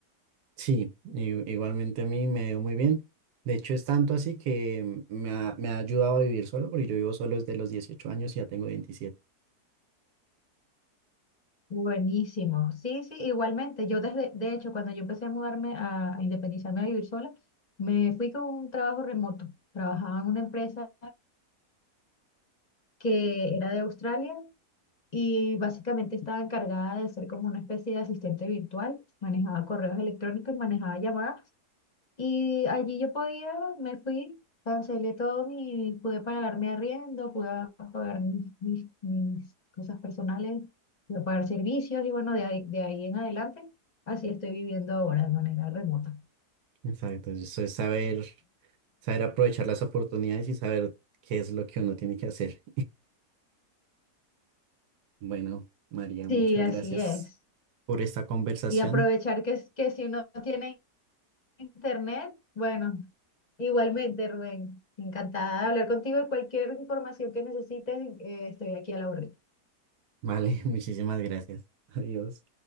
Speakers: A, on the right (about 85°); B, on the left (about 35°).
A: Sí, i- igualmente a mí me dio muy bien. De hecho, es tanto así que me ha, me ha ayudado a vivir solo, porque yo vivo solo desde los 18 años y ya tengo veintisiete
B: Buenísimo. Sí, sí, igualmente. Yo desde, de hecho, cuando yo empecé a mudarme, a, a independizarme, a vivir sola, me fui con un trabajo remoto. Trabajaba en una empresa que era de Australia y básicamente estaba encargada de ser como una especie de asistente virtual. Manejaba correos electrónicos manejaba llamadas Y allí yo podía, me fui, cancelé todo y pude pagar mi arriendo, pude pagar mis, mis, mis cosas personales, pude pagar servicios y bueno, de ahí, de ahí en adelante, así estoy viviendo ahora de manera remota.
A: Exacto, eso es saber, saber aprovechar las oportunidades y saber qué es lo que uno tiene que hacer. Bueno, María, muchas
B: Sí, así
A: gracias
B: es.
A: por esta conversación.
B: Y aprovechar que, es- que si uno tiene internet, bueno, igualmente, Rubén, encantada de hablar contigo y cualquier información que necesites, eh, estoy aquí a la orden.
A: Vale, <laughs> muchísimas gracias. Adiós.